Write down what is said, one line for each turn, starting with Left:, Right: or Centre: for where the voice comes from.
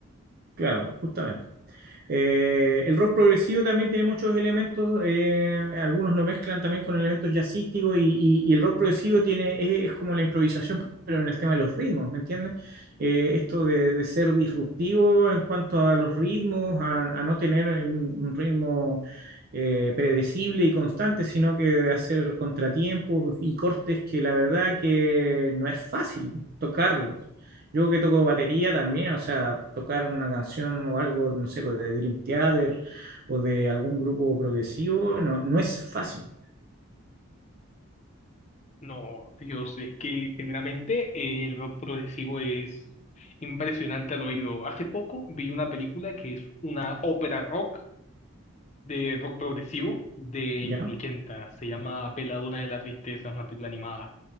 Right: claro, justamente. Eh, el rock progresivo también tiene muchos elementos, eh, algunos lo mezclan también con elementos jazzísticos y, y- y el rock progresivo tiene, es, es como la improvisación, pero en el tema de los ritmos, ¿me entiendes? Eh, esto de, de ser disruptivo en cuanto a los ritmos, a, a no tener un, un ritmo eh, predecible y constante, sino que hacer contratiempos y cortes que la verdad que no es fácil tocarlos. Yo que toco batería también, o sea, tocar una canción o algo, no sé, pues, de Dream Theater o de algún grupo progresivo, no, no es fácil,
Left: No, Dios, es que generalmente el rock progresivo es impresionante al oído. Hace poco vi una película que es una ópera rock de rock progresivo de
Right: ¿ya?
Left: los 80. Se llama Belladonna de la Tristeza, una película animada